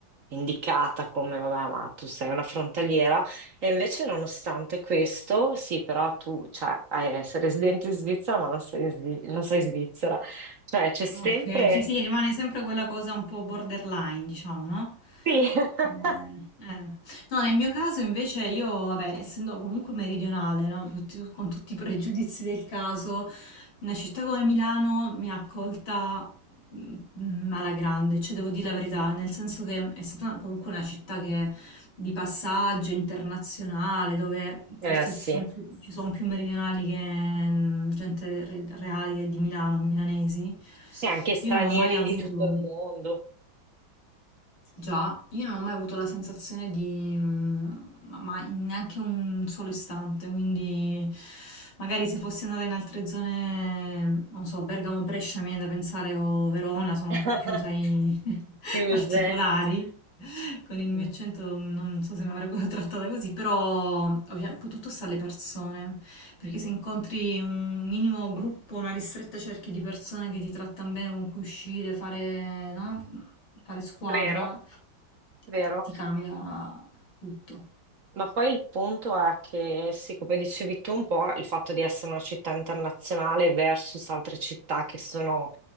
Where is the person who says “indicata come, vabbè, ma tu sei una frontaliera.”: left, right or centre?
Right